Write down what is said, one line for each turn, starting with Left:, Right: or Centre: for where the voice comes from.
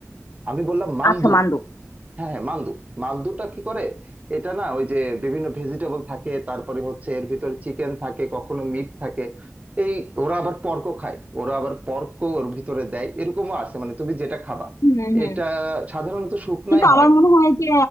Right: আমি বললাম মান্দু
Left: আচ্ছা মান্দু
Right: হ্যাঁ হ্যাঁ মান্দু মান্দুটা কি করে এটা না ওই যে বিভিন্ন ভেজিটেবল থাকে তারপরে হচ্ছে এর ভিতরে চিকেন থাকে কখনো মিট থাকে এই ওরা আবার পর্ক খায় ওরা আবার পর্ক ওর ভিতরে দেয় এরকমও আছে মানে তুমি যেটা খাবা
Left: হুম হুম
Right: এটা সাধারণত শুকনাই
Left: কিন্তু
Right: হয়
Left: আমার মনে হয় যে